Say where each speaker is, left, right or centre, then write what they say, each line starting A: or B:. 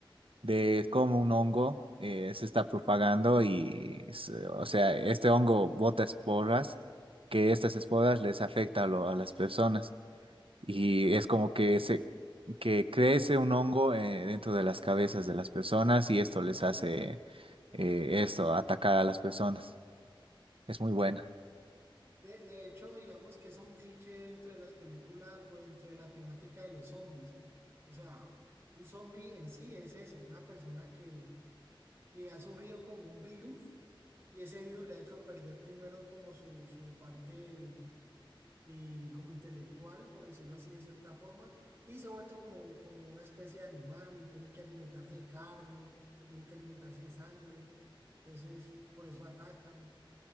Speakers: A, on the right; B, on the right.
A: de cómo un hongo eh, se está propagando y, se- o sea, este hongo bota esporas, que estas esporas les afecta a, lo- a las personas. Y es como que, se, que crece un hongo eh, dentro de las cabezas de las personas y esto les hace eh, esto, atacar a las personas. Es muy buena.
B: De, de hecho, digamos que es un cliché dentro de las películas o dentro de la temática de los zombies. O sea, un zombie en sí es eso, una persona que, que ha sufrido como un virus y ese virus le ha hecho perder primero como su, su parte eh, como intelectual, por decirlo así de cierta forma, y se ha vuelto como, como una especie de animal y tiene que alimentarse de carne o tiene que alimentarse de sangre. Entonces, por eso atacan.